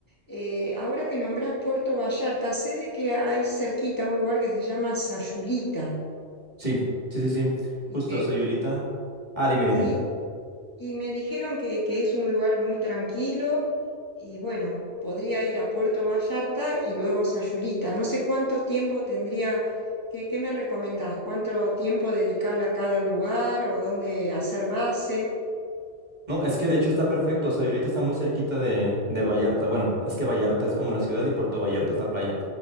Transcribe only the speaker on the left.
Eh, ahora que nombrás Puerto Vallarta, sé de que hay cerquita un lugar que se llama Sayulita
y
que,
sí, Y me dijeron que, que es un lugar muy tranquilo y bueno, podría ir a Puerto Vallarta y luego a Sayulita. No sé cuánto tiempo tendría, ¿qué, qué me recomendás? ¿Cuánto tiempo dedicarle a cada lugar o dónde hacer base?